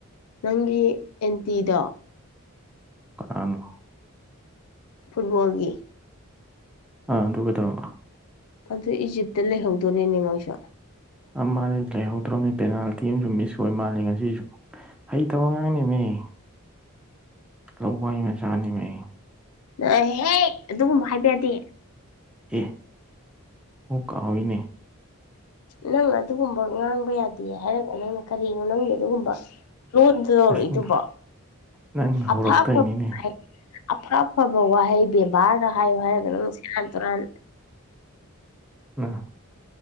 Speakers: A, on the left; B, in the centre.
A: ꯅꯪꯒꯤ ꯑꯦꯟꯇꯤꯗꯣ
B: ꯀꯅꯥꯅꯣ
A: ꯐꯨꯠꯕꯣꯜꯒꯤ
B: ꯑꯥ ꯑꯗꯨ ꯀꯩꯗꯧꯔꯕ
A: ꯑꯗꯨ ꯏꯖꯤꯞꯇ ꯂꯩꯍꯧꯗꯣꯔꯦꯅꯦ ꯃꯣꯏꯁꯨ
B: ꯑ ꯃꯥꯅꯤ ꯂꯩꯍꯧꯗ꯭ꯔꯧꯕꯅꯤ ꯄꯦꯅꯥꯜꯇꯤ ꯑꯃꯁꯨ ꯃꯤꯁ ꯑꯣꯏ ꯃꯥꯜꯂꯦ ꯉꯁꯤꯁꯨ ꯍꯩ ꯇꯕ ꯉꯥꯡꯅꯦꯃꯤ <unintelligible> ꯂꯧꯋꯥꯏ ꯃꯆꯥꯅꯦ ꯃꯤ
A: ꯌꯔꯦ ꯍꯦ ꯑꯗꯨꯒꯨꯝꯕ ꯍꯥꯏꯕ ꯌꯥꯗꯦ
B: ꯑꯦ ꯍꯣ ꯀꯥꯎꯏꯅꯦ
A: ꯅꯪ ꯑꯗꯨꯒꯨꯝꯕ ꯉꯥꯡꯕ ꯌꯥꯗꯦ ꯍꯥꯏꯔꯒ ꯅꯪꯅ ꯀꯔꯤ ꯅꯪꯒꯤ ꯑꯗꯨꯒꯨꯝꯕ ꯂꯣꯟꯗꯨ ꯇꯧꯔꯛꯏꯗꯨꯕꯣ
B: ꯑꯁ
A: <unintelligible>
B: ꯅꯪꯅ ꯍꯧꯔꯛꯄꯩ
A: ꯑꯐ ꯑꯐꯕ
B: ꯅꯤꯅꯦ
A: ꯑꯐ ꯑꯐꯕ ꯋꯥꯍꯩ ꯕꯦꯕꯥꯔꯗ ꯍꯥꯏꯌꯨ ꯍꯥꯏꯔꯒ ꯅꯪꯅ ꯁꯦꯔꯥꯟ ꯇꯨꯔꯥꯟ
B: ꯑ <unintelligible>